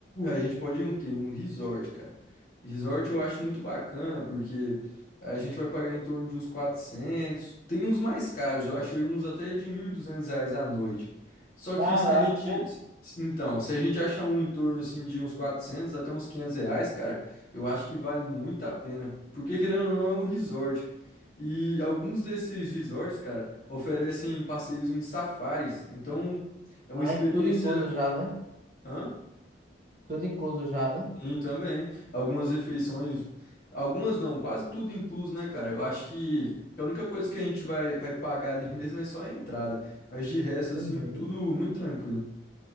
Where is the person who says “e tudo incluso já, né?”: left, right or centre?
Right